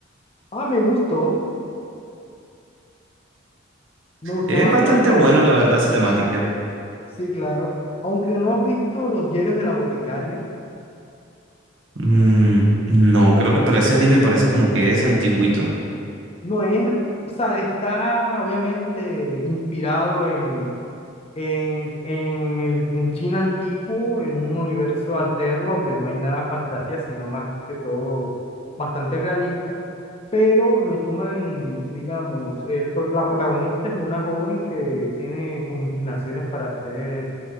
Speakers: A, on the left; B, on the right.
A: Ah, me gustó, me gustó
B: Es
A: bastante.
B: bastante bueno, la verdad, esa temática.
A: Sí, claro. Aunque no has visto los diarios de la boticaria.
B: Mm, no, creo que, pero ese anime me parece como que es antiguito.
A: No es, o sea, está obviamente inspirado en, en, en, el, en China antiguo, en un universo alterno donde no hay nada de fantasía, sino más que todo bastante realista, pero lo toman, digamos, el, pro- la protagonista es una joven que tiene como inclinaciones para hacer